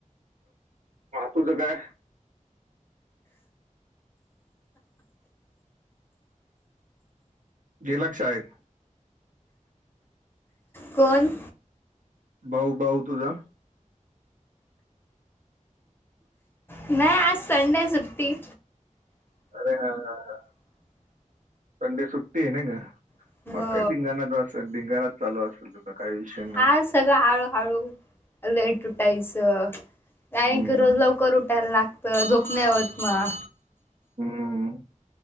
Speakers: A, on the right; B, on the left.
A: तुज काय? गेला का शाळेत?
B: कोन?
A: भाऊ भाऊ तुझा.
B: नाही आज संडे सुट्टी.
A: अरे हा ह संडे सुट्टी आहे नाही का?
B: हो
A: मग काय धिंगाणा असल धिंगाणा चालू असेल तुझ काही विषय. ना
B: हा सगळं हळू, हळू लेट उटायचं
A: हम्म
B: कारण की रोज लवकर उठायला लागत, झोप नाही होत मग.
A: हम्म,